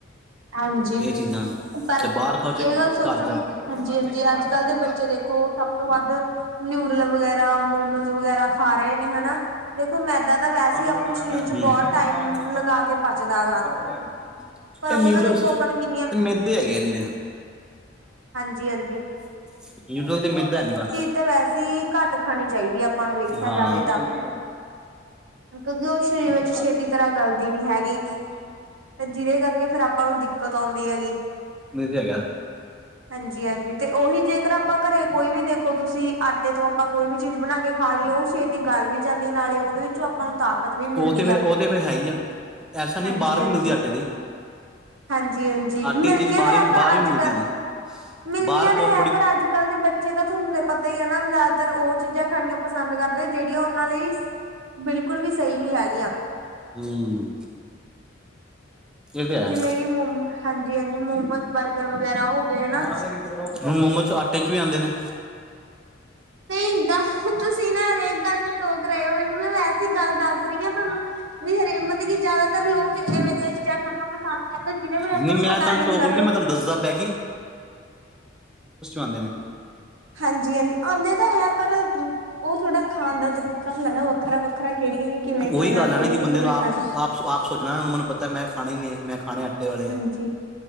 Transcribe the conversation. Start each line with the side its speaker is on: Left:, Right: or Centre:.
Right: ਹਾਂਜੀ
Centre: ਇਹ ਚੀਜ਼ਾਂ
Right: ਪਰ
Centre: 'ਚ ਬਾਹਰ ਖਾਓ ਚਾਹੇ
Right: ਇਹ ਗੱਲ ਸੋਚਣ
Centre: ਘਰ ਖਾਓ?? ਸਾਰਾ
Right: ਹਾਂਜੀ ਹਾਂਜੀ
Centre: ਦਿਨ ਗਾਂਦ
Right: ਅੱਜ ਕੱਲ੍ਹ ਦੇ ਬੱਚੇ ਦੇਖੋ ਸਭ ਤੋਂ ਵੱਧ ਨਿਊਡਲ ਵਗੈਰਾ ਮੋਮੋਸ ਵਗੈਰਾ ਖਾ ਰਹੇ ਨੇ ਹਨਾ ਦੇਖੋ ਮੈਦਾ ਤਾਂ ਵੈਸੇ ਹੀ ਆਪਣੇ
Centre: ਮਰੋਂਦਾ
Right: ਸਰੀਰ ਚ
Centre: ਪੈਨਚੋ
Right: ਬਹੁਤ ਟਾਈਮ ਲਗਾ ਕੇ ਪਚਦਾ ਗਾ
Centre: <unintelligible> ਹਮ
Right: ਪਰ
Centre: ਇਹ
Right: ਉਹਦੇ
Centre: ਨਿੂਡਲਸ,
Right: ਨਾਲ ਦੇਖੋ ਆਪਾਂ ਨੂੰ ਕਿੰਨੀਆਂ
Centre: ਤੇ ਮੈਦੇ ਹੈਗੇ ਨੇ ਨਿਰੇ
Right: ਜੀ ਹਾਂਜੀ
Centre: <inaudible> ਨੂਡਲ ਤੇ ਮੈਦਾ ਹੈਨੀਂ ਗਾ,
Right: ਤਾਂ ਵੈਸੇ ਹੀ ਘੱਟ ਖਾਣੀ ਚਾਹੀਦੀ ਆ ਆਪਾਂ ਨੂੰ ਵੇਖਿਆ
Centre: ਹਾਂ
Right: ਜਾਵੇ
Centre: ਹੂੰ ਹੂੰ,
Right: ਤਾਂ
Centre: ਹੂੰ,
Right: ਕਿਉਂਕਿ ਉਹ ਸਰੀਰ
Centre: ਹੂੰ
Right: ਵਿੱਚ
Centre: ਏ
Right: ਛੇਤੀ ਤਰ੍ਹਾਂ ਗਲਦੀ ਨੀ ਹੈਗੀ ਗੀ ਤੇ ਜਿਹਦੇ ਕਰਕੇ ਫੇਰ ਆਪਾਂ ਨੂੰ ਦਿੱਕਤ ਆਉਂਦੀ ਹੈਗੀ।
Centre: ਤਾਂ ਹੈਗਾ।
Right: ਹਾਂਜੀ-ਹਾਂਜੀ, ਤੇ ਉਹੀ ਜੇਕਰ ਆਪਾਂ ਘਰੇ ਕੋਈ ਵੀ ਦੇਖੋ ਤੁਸੀਂ, ਆਟੇ ਤੋਂ ਆਪਾਂ ਕੋਈ ਵੀ ਚੀਜ਼ ਬਣਾਕੇ ਖਾਲੀਏ ਉਹ ਛੇਤੀ ਗੱਲ ਵੀ ਜਾਂਦੀਏ, ਨਾਲੇ ਉਹਦੇ ਵਿੱਚੋਂ ਆਪਾਂ ਨੂੰ ਤਾਕਤ ਵੀ ਮਿਲਦੀ
Centre: ਉਹ ਤੇ ਫਿਰ,
Right: ਆ।
Centre: ਉਹ ਤੇ ਫਿਰ ਹੈਹੀਏ। ਐਸਾ ਨਈ
Right: ਹਾਂਜੀ-ਹਾਂਜੀ,
Centre: ਹੈ ਬਾਹਰ ਵੀ ਮਿਲਦੀ ਏ, ਆਟੇ ਦੀ।
Right: ਹਾਂਜੀ-ਹਾਂਜੀ
Centre: ਆਟੇ
Right: ਮਿਲਦੀਆਂ
Centre: ਚੀਜ਼ ਬਾਹਰਵ,
Right: ਤਾਂ ਹੈ ਪਰ
Centre: ਬਾਹਰ
Right: ਅੱਜ-ਕੱਲ
Centre: ਵੀ ਮਿਲਦੀ ਏ।
Right: ਮਿਲਦੀਆਂ
Centre: ਬਾਹਰ
Right: ਤਾਂ
Centre: ਕੁਛ ਥੋੜੀ
Right: ਹੈ ਪਰ
Centre: <inaudible>
Right: ਅੱਜ ਕੱਲ੍ਹ ਦੇ ਬੱਚੇ ਤਾਂ ਤੁਹਾਨੂੰ ਤਾਂ ਪਤਾ ਹੀ ਹੈ ਨਾ ਜ਼ਿਆਦਾਤਰ ਉਹ ਚੀਜ਼ਾਂ ਖਾਣੀਆਂ ਪਸੰਦ ਕਰਦੇ ਜਿਹੜੀਆਂ ਉਹਨਾਂ ਲਈ ਬਿਲਕੁਲ ਵੀ ਸਹੀ ਨੀ ਹੈਗੀਆ।
Centre: ਹੂੰ ਇਹ ਤੇ ਹੈ।
Right: ਜਿਵੇਂ ਕਿ ਮੋਮੋ, ਹਾਂਜੀ- ਹਾਂਜੀ ਮੋਮੋਜ, ਬਰਗਰ ਵਗੈਰਾ ਹੋ ਗਏ ਹਨਾ
Centre: ਮੋਮੋਜ, ਆਟੇ'ਚ ਵੀ ਆਂਦੇ ਨੇ।
Right: ਨਈ ਏਦਾਂ, ਤੁਸੀਂ ਨਾ ਹਰ ਇੱਕ ਗਲ'ਚ ਕਰ ਰਹੇ ਓ ਮੈਨੂੰ, 'ਮੈਂ' ਵੈਸੇ ਗੱਲ ਦੱਸ ਰਹੀ ਹਾਂ ਤੁਹਾਨੂੰ, ਵੀ ਹਰੇ ਮਤਲਬ ਕਿ ਜ਼ਿਆਦਾਤਰ ਲੋਕ ਇਵੇਂ ਪੀਜ਼ਾ ਖਾਣਾ ਪਸੰਦ ਕਰਦਾ, ਜਿਹਦੇ ਬਾਰੇ
Centre: ਨਹੀਂ
Right: ਆਪਾਂ ਨੂੰ
Centre: ਮੈਂ
Right: ਪਤਾ
Centre: ਤੁਹਾਨੂੰ
Right: ਨੀ
Centre: ਟੋਕ
Right: ਹੁੰਦਾ ਵੀ
Centre: ਰਿਹਾ,
Right: ਉਹ
Centre: ਮੈਂ ਤੁਹਾਨੂੰ
Right: ਕਿਵੇਂ
Centre: ਦੱਸਦਾ
Right: <inaudible>
Centre: ਪਿਆ ਆਂਦੇ ਨੇ
Right: ਹਾਂਜੀ-ਹਾਂਜੀ ਆਉਂਦੇ ਤਾਂ ਹੈ ਪਰ, ਉਹ ਥੋੜਾ ਖਾਣ ਦਾ ਤਰੀਕਾ ਹੁੰਦਾ ਨਾ ਵੱਖਰਾ-ਵੱਖਰਾ ਕਿਹੜੀਆਂ ਨੇ, ਕਿਵੇਂ
Centre: ਉਹੀ
Right: ਖਾਣਾ
Centre: ਗੱਲ
Right: ਕਿਵੇਂ-ਕਿਵੇਂ
Centre: ਹੈ ਨਾ ਕਿ ਬੰਦੇ ਨੂੰ ਆਪ
Right: ਖਾਣਾ
Centre: ਆਪ ਆਪ ਸੋਚਣਾ ਮਨੂੰ ਪਤਾ, ਮੈਂ ਖਾਣਾ ਈ ਏ, ਮੈਂ ਖਾਣੇ ਵਾਲੇ ਆ
Right: ਹਾਂਜੀ,